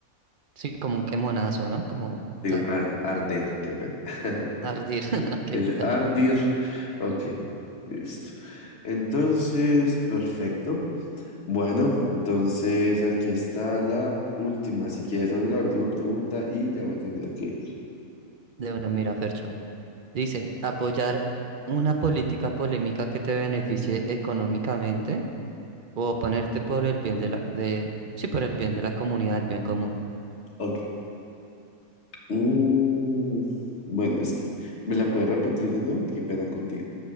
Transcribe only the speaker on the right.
Sí, como un quemonazo, ¿no? Como
ta,
ardir. <laughs> Ok,
dale.
De una mira, Fercho. Dice, apoyar una política polémica que te beneficie económicamente O ponerte por el bien de la, de, sí, por el bien de la comunidad, el bien común.